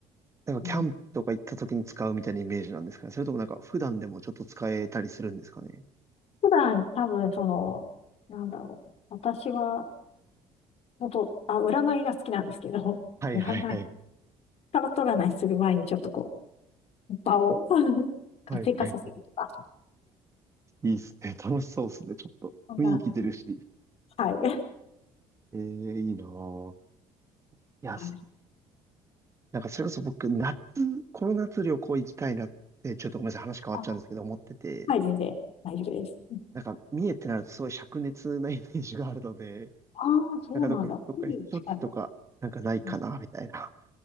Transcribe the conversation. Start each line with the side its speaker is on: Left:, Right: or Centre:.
Right: なんかキャンプとか行った時に使うみたいなイメージなんですかね。
Left: うん。ね
Right: それともなんか普段でもちょっと使えたりするんですかね。
Left: 普段、多分、その、なんだろう。私は、本当、あ、占いが好きなんですけど、<laughs>
Right: はいはいはい。
Left: 占い、タロット占いする前にちょっとこう、場を <laughs> 活性化させるとか、
Right: はいはいはい。いいっすね。楽しそうっすね。ちょっと雰囲気出るし。
Left: そんな、はい。
Right: ええいいなぁ。いや、
Left: はい。
Right: そなんかそれこそ僕、夏、この夏旅行行きたいなって、ちょっとごめんなさい、話変わっちゃうんですけど、
Left: あ、
Right: 思ってて、
Left: はい、全然大丈夫です。
Right: なんか三重ってなるとすごい灼熱なイメージがあるので、
Left: ああー、そうなんだ。
Right: なんかどこ、どっか避暑地とか、
Left: 海に近い。
Right: なんかないかな、
Left: うん
Right: みたいな。